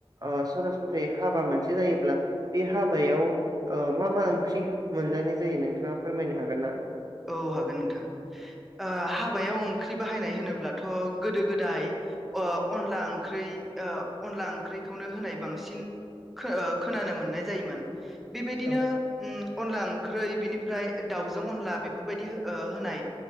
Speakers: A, on the right; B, in the centre.
A: ओ सरासनस्रायै हाबा मोनसे जायोब्ला बे हा ओ मा मा ओंख्रि मोनजानाय जायो नोंथाङा फोरमायनो हागोन ना?
B: औ हागोन नोंथां ओ हाबायाव ओंख्रि बाहायनाय होनोब्लाथ' गोदो गोदाय ओ अनला ओंख्रै ओ अनला ओंख्रैखौनो होनाय बांसिन खो ओ खोनानो मोननाय जायोमोन बेबायदिनो
A: औ
B: ओम अनला ओंख्रै बिनिफ्राय दाउजों अनला बे फोरबायदि ओ होनाय